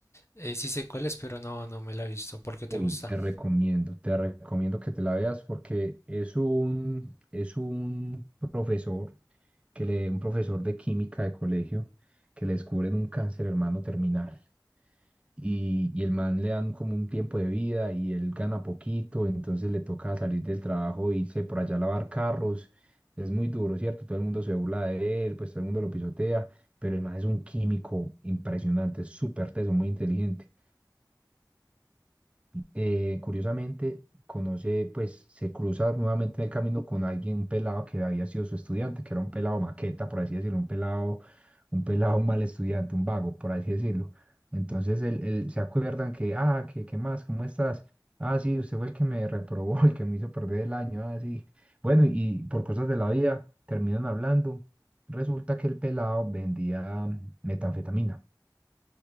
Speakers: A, on the left (about 35°); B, on the right (about 15°).
A: Eh, sí sé cuáles, pero no, no me la he visto. ¿Por qué te
B: Uy,
A: gusta?
B: Te recomiendo, te recomiendo que te la veas porque es un, es un profesor, que le, un profesor de química de colegio que le descubren un cáncer hermano terminal. y, y el man le dan como un tiempo de vida y él gana poquito, entonces le toca salir del trabajo e irse por allá a lavar carros. Es muy duro, ¿cierto? Todo el mundo se burla de él, pues todo el mundo lo pisotea, pero el man es un químico impresionante, es súper teso, muy inteligente eh, curiosamente, conoce, pues se cruza nuevamente en el camino con alguien, un pelado que había sido su estudiante, que era un pelado maqueta, por así decirlo, un pelado, un pelado <laughs> mal estudiante, un vago, por así decirlo. Entonces él, él- se acuerdan que, ah, ¿qué, qué más? ¿Cómo estás? Ah, sí, usted fue el que me reprobó, <laughs> el que me hizo perder el año, ah, sí. Bueno, y por cosas de la vida terminan hablando. Resulta que el pelado vendía mm, metanfetamina.